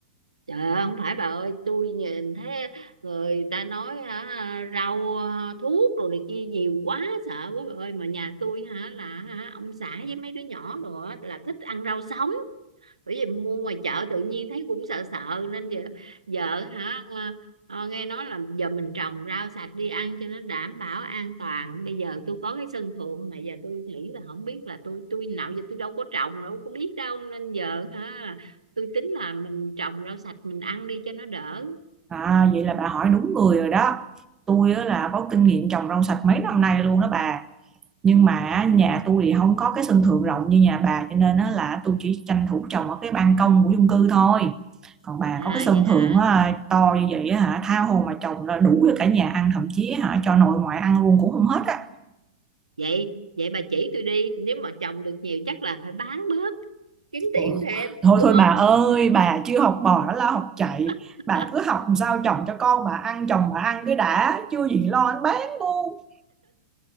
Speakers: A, on the right; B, on the right.
A: trời ơi không phải bà ơi tôi nhìn thấy người ta nói hả, rau à, thuốc đồ này kia nhiều quá sợ quá bà ơi mà nhà tôi hả là hả, ông xã với mấy đứa nhỏ đồ á, là thích ăn rau sống bởi vì mua ngoài chợ tự nhiên thấy cũng sợ sợ nên giờ vợ hả ờ, ờ, nghe nói là giờ mình trồng rau sạch đi ăn cho nó đảm bảo an toàn bây giờ tôi có cái sân thượng mà giờ tôi nghĩ là không biết là tôi tôi nào giờ tôi đâu có trồng đâu có biết đâu nên giờ hả tôi tính là mình trồng rau sạch mình ăn đi cho nó đỡ
B: à, vậy là bà hỏi đúng người rồi đó tôi á là có kinh nghiệm trồng rau sạch mấy năm nay luôn đó bà nhưng mà á, nhà tôi thì không có cái sân thượng rộng như nhà bà cho nên á là tôi chỉ tranh thủ trồng ở cái ban công của chung cư thôi còn bà
A: à
B: có cái sân
A: vậy hả
B: thượng á, to như vậy á hả tha hồ mà trồng là đủ cho cả nhà ăn thậm chí hả cho nội ngoại ăn luôn cũng không hết á
A: vậy vậy bà chỉ tôi đi nếu mà trồng được nhiều chắc là phải bán bớt kiếm
B: Ủa,
A: tiền thêm
B: Thôi
A: đúng
B: thôi bà
A: không
B: ơi, bà chưa học bò đã lo học chạy.
A: <laughs>
B: Bà cứ học làm sao chồng cho con bà ăn, chồng bà ăn cái đã, chưa gì lo anh bán luôn.